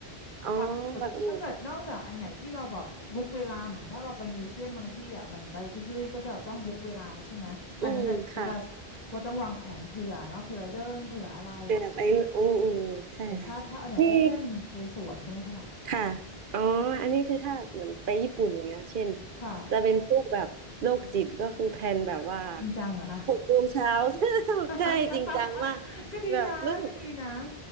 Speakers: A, on the right; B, on the left.
A: อ๋อ
B: ปักหมุดถ้าเกิดนอกจากอันไหนที่เราแบบบุ๊กเวลาเหมือนถ้าเราไปมิวเซียมบางที่อ่ะเหมือนไปจิบลีก็จะต้องบุ๊กเวลาใช่ไหมอันนั้นน่ะซีเรียสว่าต้องวางแผนเผื่อเนาะเผื่อเดินเผื่ออะไร
A: แบบอื่นอืมค่ะแบบไอ้อืมอืมใช่ค่ะนี่
B: แต่ถ้าถ้าอันไหนโอเพนไปสวนก็ไม่เท่าไหร่
A: ค่ะอ๋ออันนี้คือถ้าเหมือนไปญี่ปุ่นอะไรเงี้ยเช่น
B: ค่ะ
A: จะเป็นพวกแบบโรคจิตก็คือแพลนแบบว่า
B: จริงจังเหรอคะ
A: หกโมงเช้า <laughs>
B: <laughs>
A: ใช่จริงจังมาก
B: ก็ดีนะก็ดีนะ
A: แบบรู้สึก